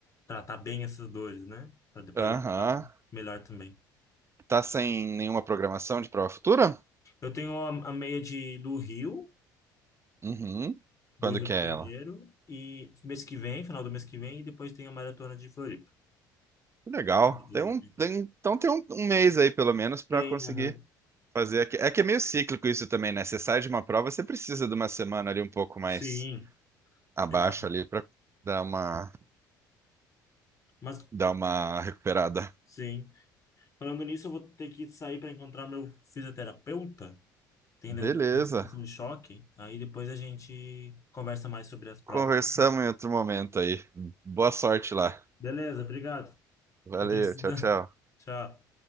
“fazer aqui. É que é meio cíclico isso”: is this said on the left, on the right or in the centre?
Right